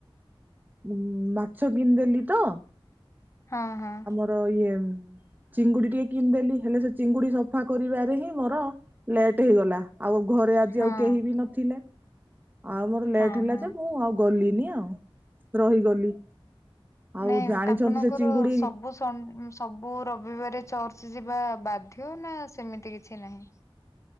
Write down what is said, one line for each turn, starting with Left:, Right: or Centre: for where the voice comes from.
Right: ଉ ମାଛ କିଣିଦେଲି ତ। ଚ
Left: ହଁ ହଁ।
Right: <unintelligible> ଏମ୍ ଚିଙ୍ଗୁଡି ଟିକେ କିଣିଦେଲି ହେଲେ ସେ ଚିଙ୍ଗୁଡି ସଫା କରିବାରେ ହିଁ ମୋର ଲେଟ୍ ହେଇଗଲା। ଆଉ ଘରେ ଆଜି
Left: ହଁ
Right: ଆଉ କେହି ବି ନଥିଲେ ଆଉ ମୋର ଲେଟ
Left: ହଁ
Right: ହେଲା
Left: ହଁ।
Right: ଯେ ମୁଁ ଆଉ କଲିନି ଆଉ। ରହିଗଲି। ଆଉ
Left: ନାଇଁ
Right: ଜାଣିଛନ୍ତି
Left: ଆପଣଙ୍କର
Right: ସେ ଚିଙ୍ଗୁଡି
Left: ସବୁ ସ ସବୁ ରବିବାରେ ଚର୍ଚ୍ଚ ଯିବା ବାଧ୍ୟ ନା ସେମିତି କିଛି ନାହିଁ।